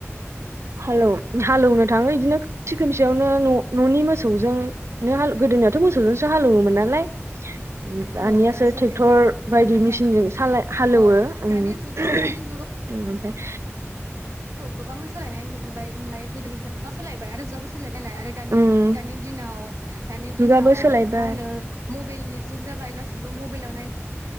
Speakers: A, on the right; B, on the right.
A: हालौ हालेवनो थाङो बिदिनो खोमसि खोमसियावनो' न'नि मोसौजोंनो। न' हाल गोदोनियाथ' मोसौजोंसो हालेवोमोन नालाय दानियासो
B: औ दासो
A: ट्रेक्टर
B: ओंखारनायखाय
A: बायदि मेसिनजों साल हालेवोनो
B: औ
A: औ
B: दानि जुगाव दानि जुगावथ'
A: ओमफायो
B: गोबां सोलायनाय मोनबाय न गोदोनिफ्रायबा सोलायबाय आरो जुवाबो सो <unintelligible> सोलायबायलाय आरो दा
A: उम
B: दिनाव दानि
A: जुगाबो
B: दिनाव
A: सोलायबाय
B: मा होनो मबाइलनि जुग जाबाय गासिबो मबाइलाव नायना